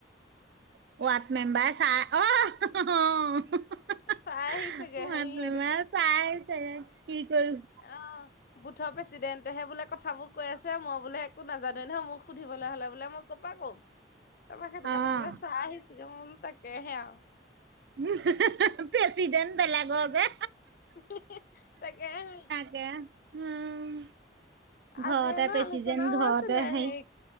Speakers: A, on the right; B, on the left.
A: ৱাৰ্ড মেম্বাৰ চাই অ অহ-হহ অ। হহ
B: চাই
A: হ,
B: আহিছেগে
A: ৱাৰ্ড
B: হেৰি
A: মেমবাৰে
B: এইটো কি
A: চাই আহিছেগে কি কৰি-
B: অঁ। বুথৰ প্ৰেচিডেণ্টহে বোলে কথাবোৰ কৈ আছে মই বোলে একো নাজানো নহয়, মোক সুধিবলৈ হ'লে বোলে মই ক'প পৰা ক'ম। তাৰপা সেইটো
A: অ',
B: কাৰণে বোলে চাই আহিছো মই বোলো তাকেহে আৰু।
A: উম হেহ হেহ হে প্ৰেচিডেণ্ট বেলেগক যে।
B: হেহ হেহ হেহ তাকেহে।
A: দিয়া উম। ঘৰতে
B: আজি হেনো
A: প্ৰেচিডেন্ট
B: আলোচনা হৈছিলে
A: ঘৰতে হেৰি
B: সেই,